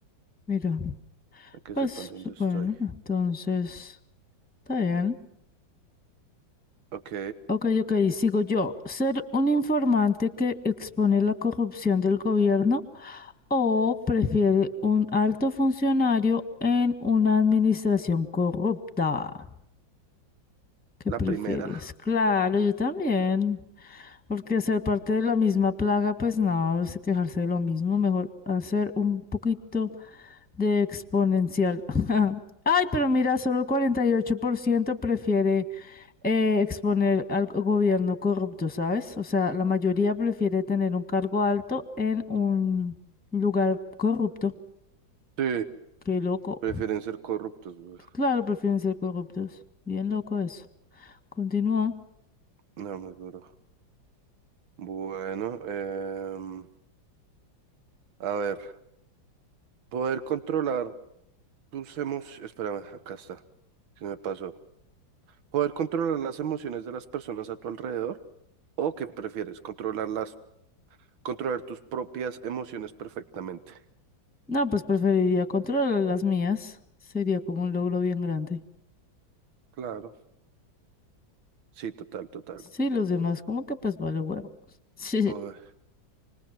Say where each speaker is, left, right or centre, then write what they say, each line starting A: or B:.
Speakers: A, in the centre; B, on the right.
A: Mira,
B: a que
A: pues
B: sepan dónde estoy.
A: bueno, entonces está bien.
B: Ok,
A: Ok, ok, sigo yo. ¿Ser un informante que expone la corrupción del gobierno o prefiere un alto funcionario en una administración corrupta? ¿Qué
B: la
A: prefieres?
B: primera.
A: Claro, yo también. Porque ser parte de la misma plaga, pues no, es quejarse de lo mismo, mejor hacer un poquito de exponencial. <laughs> Ay, pero mira, solo el 48% prefiere eh, exponer al gobierno corrupto, ¿sabes? O sea, la mayoría prefiere tener un cargo alto en un lugar corrupto.
B: Sí,
A: Qué loco.
B: prefieren ser corruptos, güey.
A: Claro, prefieren ser corruptos. Bien loco eso. Continúa.
B: No me juro. Bueno, em, a ver. Poder controlar tus emociones. Espérame, acá está. Se me pasó. Poder controlar las emociones de las personas a tu alrededor. ¿O qué prefieres? Controlarlas, controlar tus propias emociones perfectamente.
A: No, pues preferiría controlar las mías. Sería como un logro bien grande.
B: Claro. Sí, total, total.
A: Sí, los demás, como que pues vale huevo. <laughs> Sí,
B: Ay,